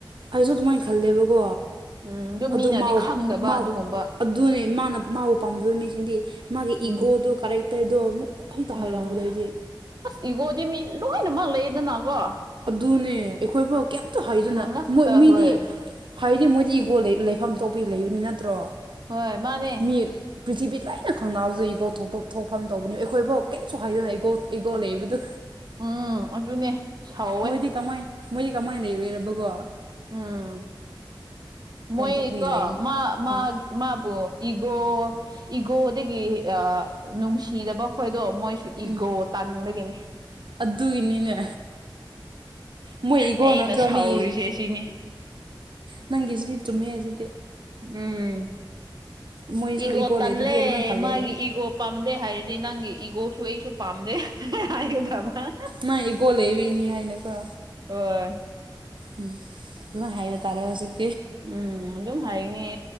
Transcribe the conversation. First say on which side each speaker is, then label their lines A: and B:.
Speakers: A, on the right (about 70°); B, on the right (about 55°).
A: ꯑꯩꯁꯨ ꯑꯗꯨꯃꯥꯏꯅ ꯈꯜꯂꯦꯕꯀꯣ
B: ꯎꯝ
A: ꯑꯗꯨ
B: ꯃꯤꯅꯗꯤ
A: ꯃꯥ
B: ꯈꯪꯗꯕ
A: ꯃꯥ
B: ꯑꯗꯨꯒꯨꯝꯕ
A: ꯑꯗꯨꯅꯦ ꯃꯥꯅ ꯃꯥꯕꯨ ꯄꯥꯝꯖꯕ ꯃꯤꯁꯤꯡꯗꯤ ꯃꯥꯒꯤ
B: ꯎꯝ
A: ꯏꯒꯣꯗꯣ ꯀꯔꯦꯛꯇꯔꯗꯣ ꯑꯃꯨꯛ ꯍꯦꯛꯇ
B: ꯎꯝ
A: ꯍꯥꯏꯔꯛꯄꯗꯣ ꯑꯩꯗꯤ
B: ꯑꯁ ꯏꯒꯣꯗꯤ ꯃꯤ ꯂꯣꯏꯅꯃꯛ ꯂꯩꯌꯦꯗꯅꯀꯣ
A: ꯑꯗꯨꯅꯦ ꯑꯩꯈꯣꯏꯐꯥꯎ ꯀꯩꯝꯇ ꯍꯩꯗꯅ
B: ꯉꯛꯇ
A: ꯃꯣꯏ ꯃꯤꯗꯤ
B: ꯍꯣꯏ
A: ꯍꯥꯏꯗꯤ ꯃꯣꯏꯗꯤ ꯏꯒꯣꯜ ꯂꯩꯐꯝ ꯊꯣꯛꯄ ꯂꯩꯕꯅꯤ ꯅꯠꯇ꯭ꯔꯣ
B: ꯍꯣꯏ ꯃꯥꯅꯦ
A: ꯃꯤ ꯄ꯭ꯔꯤꯊꯤꯕꯤ ꯂꯥꯏꯅ ꯈꯪꯅꯕꯁꯨ ꯏꯒꯣ ꯊꯣꯛꯄ ꯊꯣꯛꯐꯝ ꯇꯧꯕꯅꯤ ꯑꯩꯈꯣꯏꯐꯥꯎ ꯀꯩꯁꯨ ꯍꯥꯏꯗꯅ ꯏꯣ ꯏꯒꯣ ꯂꯩꯕꯗꯨ
B: ꯎꯝ ꯑꯗꯨꯅꯦ ꯁꯥꯎꯋꯦ
A: ꯃꯣꯏꯗꯤ ꯀꯃꯥꯏ ꯃꯣꯏꯗꯤ ꯀꯃꯥꯏꯅ ꯂꯩꯔꯨꯔꯕꯒꯣ
B: ꯎꯝ ꯃꯣꯏ
A: ꯊꯣꯛꯄꯒꯤ
B: ꯀꯣ
A: ꯂꯩꯕꯅꯤ
B: ꯃꯥ ꯃꯥ
A: ꯑꯥ
B: ꯃꯥꯕꯨ ꯏꯒꯣ ꯏꯒꯣꯗꯒꯤ ꯑ ꯅꯨꯡꯁꯤꯗꯕ ꯈꯣꯏꯗꯣ ꯃꯣꯏꯁꯨ ꯏꯒꯣ
A: ꯎꯝ
B: ꯇꯥꯟꯅꯤꯡꯕꯒꯤꯅꯤ
A: ꯑꯗꯨꯒꯤꯅꯤꯅꯦ ꯃꯣꯏ ꯏꯒꯣ
B: ꯑꯩꯅ
A: ꯅꯠꯇ꯭ꯔꯣ
B: ꯁꯥꯎꯔꯤꯁꯦ
A: ꯃꯤ
B: ꯁꯤꯅꯤ
A: ꯅꯪꯒꯤꯁꯤꯗꯤ ꯆꯨꯝꯃꯦ ꯑꯁꯤꯗꯤ
B: ꯎꯝ
A: ꯃꯣꯏꯁꯨ
B: ꯏꯒꯣ ꯇꯟꯂꯦ
A: ꯂꯩꯗꯨꯗꯤ ꯑꯗꯨꯃꯥꯏꯅ ꯈꯜꯂꯦ
B: ꯃꯥꯒꯤ ꯏꯒꯣ ꯄꯥꯝꯗꯦ ꯍꯥꯏꯔꯗꯤ ꯅꯪꯒꯤ ꯏꯒꯣꯁꯨ ꯑꯩꯁꯨ ꯄꯥꯝꯗꯦ ꯍꯥꯏꯒꯗꯕ
A: ꯃꯥ ꯏꯒꯣ ꯂꯩꯕꯩꯅꯤ ꯍꯥꯏꯅꯀꯣ
B: ꯍꯣꯢ
A: ꯑꯗꯨꯝꯃꯥꯢ ꯍꯥꯏꯕ ꯇꯥꯔꯦ ꯍꯧꯖꯤꯛ
B: ꯎꯝ ꯑꯗꯨꯝ ꯍꯥꯏꯅꯤꯌꯦ